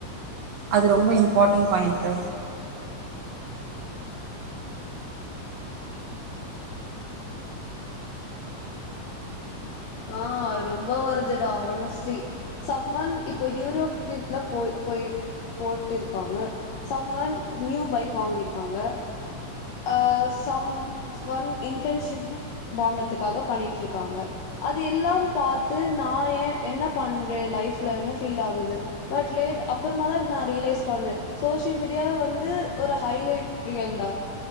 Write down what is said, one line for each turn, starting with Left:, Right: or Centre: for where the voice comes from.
Right: அது ரொம்ப இம்பார்ட்டண்ட் பாயிண்ட்ல
Left: ஆ அது ரொம்ப வருதுடா ஆனஸ்ட்லி சம்ஒன் இப்ப ஹூயுரோப் ட்ரிப்லா போய் போய் போட்டு இருக்காங்க சம்ஒன் நியூ பைக் வாங்கிருக்காங்க அ சம்ஒன் இன்டன்ஷிப் வாங்கதுக்காக பண்ணிட்டு இருக்காங்க அது எல்லாம் பாத்து நா ஏ என்ன பண்றே லைஃப்லன்னு ஃபீல் ஆகுது பட் லேட் அப்பறமா தா நா ரியலைஸ் பண்ணே சோசியல் மீடியா வந்து ஒரு ஹைலைட் ரியல்டா